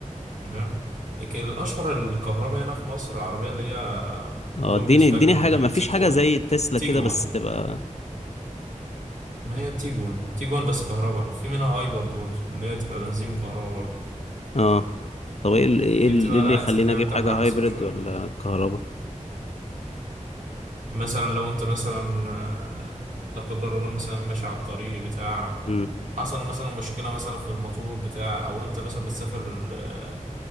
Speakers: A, on the right; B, on the left.
A: تمام لكن الأشهر الكهرباء هنا في مصر العربية اللي هي
B: اه
A: فولكس
B: اديني
A: فاجون
B: اديني حاجة ما فيش
A: تيجوان
B: حاجة زي تسلا
A: تيجوان
B: كده بس تبقى
A: ما هي تيجوان تيجوان بس كهرباء في منها هايبرد برضو اللي هي تبقى بنزين وكهرباء برضو
B: اه طب ايه ال- ايه
A: دي
B: ال-
A: بتبقى
B: إيه
A: عادة
B: اللي يخليني
A: البيع
B: اجيب
A: بتاعها
B: حاجة
A: أحسن
B: هايبرد
A: شوية
B: ولا كهرباء
A: مثلا لو أنت مثلا آه، لا قدر الله مثلا ماشي على الطريق بتاع
B: امم
A: حصل مثلا مشكلة مثلا في الموتور بتاع أو أنت مثلا بتسافر آه،